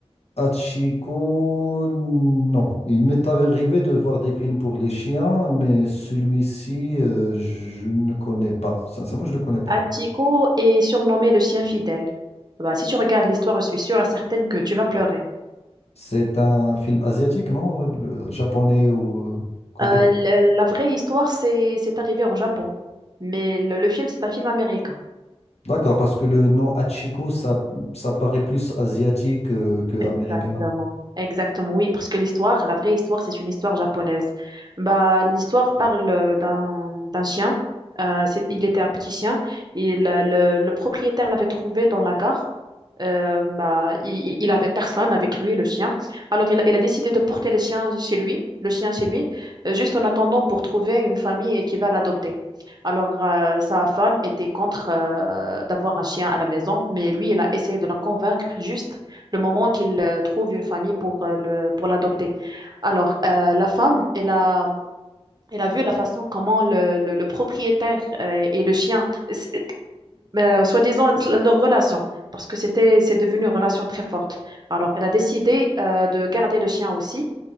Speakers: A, on the left (about 75°); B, on the right (about 40°).
A: Hachiko, non. Il m'est arrivé de voir des films pour les chiens, mais celui-ci, euh, je ne connais pas. Sincèrement, je ne connais pas.
B: Atiko est surnommé le chien fidèle. Bah, si tu regardes l'histoire, je suis sûre et certaine que tu vas pleurer.
A: C'est un film asiatique, non? Le- japonais ou euh, coréen?
B: Euh, la, la vraie histoire, c'est c'est arrivé en Japon, mais le, le film, c'est un film américain.
A: D'accord, parce que le nom Hachiko, ça, ça paraît plus asiatique euh, que
B: Exactement.
A: américain.
B: Exactement, oui, parce que l'histoire, la vraie histoire, c'est une histoire japonaise. Bah, l'histoire parle euh, d'un d'un chien. Euh, c'est- il était un petit chien. Il, euh, le, le propriétaire l'avait trouvé dans la gare. Euh, bah, il, il il avait personne avec lui, le chien. Alors, il a, il a décidé de porter le chien chez lui, le chien chez lui, euh, juste en attendant pour trouver une famille qui va l'adopter. Alors, euh, sa femme était contre euh, d'avoir un chien à la maison, mais lui, il a essayé de la convaincre juste le moment qu'il euh, trouve une famille pour euh, le, pour l'adopter. Alors, euh, la femme, elle a, elle a vu la façon comment le, le, le propriétaire euh, et le chien, s- euh, soi-disant, leur relation, parce que c'était, c'est devenu une relation très forte. Alors, elle a décidé euh, de garder le chien aussi